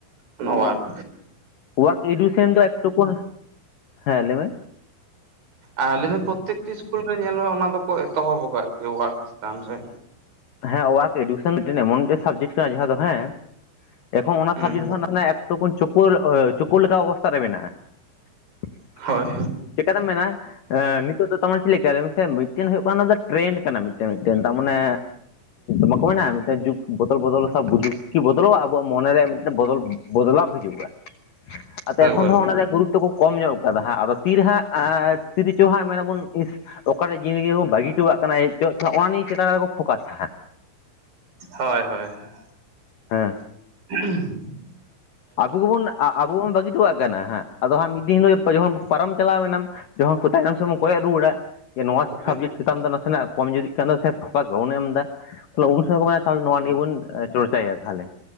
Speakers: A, on the right (about 50°); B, on the left (about 80°).
A: ᱚᱱᱟ ᱣᱟᱨᱠ
B: ᱟᱨᱠ ᱮᱰᱩᱚᱱ ᱫᱚ ᱮᱴᱩ ᱠᱷᱚᱱ ᱦᱮᱸ <unintelligible>
A: ᱟᱨ ᱟᱹᱞᱤᱧ ᱫᱚ ᱯᱨᱚᱛᱮᱠᱴᱤ ᱤᱥᱠᱩᱞ ᱨᱮ ᱧᱮᱞ ᱢᱮ ᱚᱱᱟ ᱫᱚᱠᱚ ᱮᱛᱚᱦᱚᱵᱚᱜ ᱟᱨᱠᱤ ᱚᱟᱨᱠ ᱪᱮᱛᱟᱱ ᱨᱮ
B: ᱦᱮ ᱣᱟᱨᱠ ᱮᱰᱩᱮᱥ ᱮᱢᱚᱱ ᱥᱟᱵᱡᱮᱠᱴ ᱡᱟᱦᱟᱸ ᱫᱚ ᱦᱮᱸ ᱮᱠᱷᱚᱱ ᱚᱱᱟ
A: ᱦᱩᱸ
B: ᱥᱟᱵᱡᱮᱠᱴ ᱫᱚ ᱦᱟᱸᱜ ᱮᱠᱴᱩ ᱠᱚ ᱪᱩᱠᱩᱨ ᱪᱩᱠᱩᱞ ᱞᱮᱠᱟ ᱚᱵᱚᱥᱛᱟ ᱨᱮ ᱢᱮᱱᱟᱜᱼᱟ <unintelligible>
A: ᱦᱳᱭ
B: ᱪᱮᱠᱟᱛᱮᱢ ᱢᱮᱱᱟ ᱱᱤᱛᱚᱜ ᱫᱚ ᱛᱢᱟᱨ ᱪᱮᱫ ᱞᱮᱠᱟᱥᱮ ᱢᱤᱫᱴᱮᱱ ᱦᱩᱭᱩᱜ ᱠᱟᱱᱟ ᱚᱱᱟ ᱫᱚ ᱴᱨᱮᱱᱰ ᱠᱟᱱᱟ ᱢᱤᱫᱴᱮᱱ ᱢᱤᱫᱴᱮᱱ ᱛᱟᱨᱢᱟᱱᱮ ᱢᱟ ᱠᱚ ᱢᱮᱱᱟ ᱢᱤᱫᱴᱮᱱ ᱡᱩᱜᱽ ᱵᱚᱫᱚᱞ ᱵᱚᱫᱚᱞ
A: ᱦᱳᱭ
B: ᱥᱟᱶᱡᱩᱠ ᱠᱤ ᱵᱚᱫᱚᱞᱚᱜ ᱟᱵᱚᱣᱟᱜ ᱢᱚᱱᱮᱨᱮᱱ ᱵᱚᱫᱚᱞ ᱵᱚᱫᱞᱟᱣ ᱦᱤᱡᱩᱜᱼᱟ ᱟᱫᱚ
A: ᱮᱠᱵᱟᱨᱮ
B: ᱮᱠᱷᱚᱱ ᱫᱚ ᱦᱟᱸᱜ ᱚᱱᱟ ᱨᱮᱭᱟᱜ ᱜᱩᱨᱩᱛᱛᱚ ᱠᱚ ᱠᱚᱢ ᱧᱚᱜ ᱠᱟᱫᱟ ᱦᱟᱸᱜ ᱟᱫᱚ ᱛᱤᱨᱮ ᱦᱟᱸᱜ ᱛᱤᱨᱪᱚ ᱦᱟᱸᱜ ᱢᱮᱱᱟᱵᱚᱱ ᱚᱠᱟᱴᱟᱜ ᱡᱤᱱᱤᱥ ᱜᱮ ᱠᱚ ᱵᱟᱹᱜᱤ ᱦᱚᱴ ᱠᱟᱜ ᱠᱟᱱᱟ ᱦᱮᱡᱪ ᱠᱟᱱᱟ ᱚᱱᱟ ᱱᱤᱭᱟᱹ ᱪᱮᱛᱟᱱ ᱨᱮᱠᱚ ᱯᱷᱳᱠᱟᱥᱟ
A: ᱦᱳᱭ ᱦᱳᱭ ᱦᱳᱭ
B: ᱦᱮᱸ
A: ᱦᱮᱸ <unintelligible>
B: ᱟᱵᱚ ᱜᱮᱵᱚᱱ ᱟᱵᱚ ᱵᱚᱱ ᱵᱟᱹᱜᱤ ᱦᱚᱴᱚ ᱠᱟᱜ ᱠᱟᱱᱟ ᱦᱜ ᱟᱫᱚ ᱦᱟᱸᱜ ᱢᱤᱫ ᱫᱤᱱ ᱦᱤᱞᱳᱜ ᱡᱚᱠᱷᱚᱱ ᱯᱟᱨᱚᱢ ᱪᱟᱞᱟᱣᱱᱟ ᱡᱚᱠᱷᱚᱱ ᱠᱚ ᱛᱟᱭᱚᱢ ᱥᱚᱢᱚᱭ ᱠᱚᱭ ᱨᱩᱣᱟᱹᱲᱟ ᱡᱮ ᱱᱚᱣᱟ
A: ᱠᱮᱫᱟ
B: ᱥᱟᱵᱡᱮᱠᱴ ᱪᱮᱛᱟᱱ ᱫᱚ ᱱᱟᱥᱮᱱᱟᱜ ᱠᱚᱢ ᱡᱩᱫᱤ ᱪ ᱠᱟᱱ ᱥᱮ ᱯᱷᱯᱟ ᱜᱚᱲᱚᱱᱮ ᱮᱢ ᱮᱫᱟ <unintelligible> ᱩᱱ ᱥᱚᱢᱚᱭ ᱠᱚ ᱢᱮᱱᱟ <unintelligible> ᱱᱚᱣᱟ ᱱᱤᱭᱟᱹ ᱵᱩᱱ ᱮ ᱪᱚᱨᱪᱟᱭᱟ ᱛᱟᱦᱟᱞᱮ